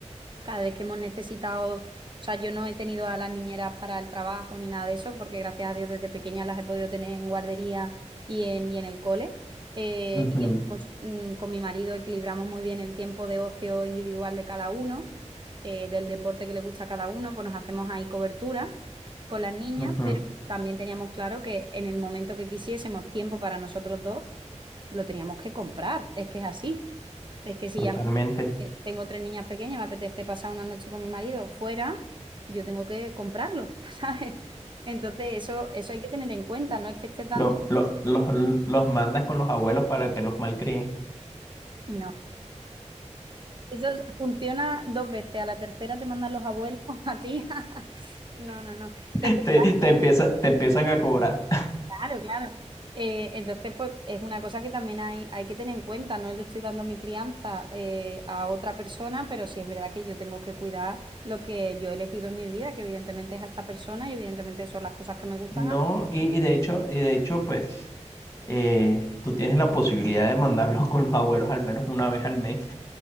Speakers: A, on the right (about 40°); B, on the left (about 25°).
A: cada vez que hemos necesitado, o sea, yo no he tenido a las niñeras para el trabajo ni nada de eso, porque gracias a Dios desde pequeña las he podido tener en guardería y en, y en el cole. Eh,
B: Ujú,
A: y hemos, mm, con mi marido equilibramos muy bien el tiempo de ocio individual de cada uno, eh, del deporte que le gusta a cada uno, pues nos hacemos ahí cobertura con las niñas,
B: ujú,
A: pero también teníamos claro que en el momento que quisiésemos tiempo para nosotros dos, lo teníamos que comprar, es que es así. Es que si
B: Totalmente.
A: ya eh, tengo tres niñas pequeñas, me apetece pasar una noche con mi marido fuera, yo tengo que comprarlo, <laughs> ¿sabes? Entonces eso, eso hay que tener en cuenta, no es que esté dando...
B: Lo- lo- los, los mandas con los abuelos para que los malcríen.
A: No, eso es- funciona dos veces, a la tercera te mandan los abuelos <laughs> a ti. <laughs> No, no, no.
B: <laughs>
A: Entonces,
B: Te, te empieza- te empiezan a cobrar.
A: Claro, claro. Eh, entonces, pues es una cosa que también hay, hay que tener en cuenta. No le estoy dando mi crianza eh, a otra persona, pero sí es verdad que yo tengo que cuidar lo que yo he elegido en mi vida, que evidentemente es a esta persona y evidentemente son las cosas que me gustan
B: No,
A: hacer.
B: y,
A: y-
B: y de hecho, y de hecho, pues eh, tú tienes la posibilidad de mandarlo <laughs> con los abuelos al menos una vez al mes,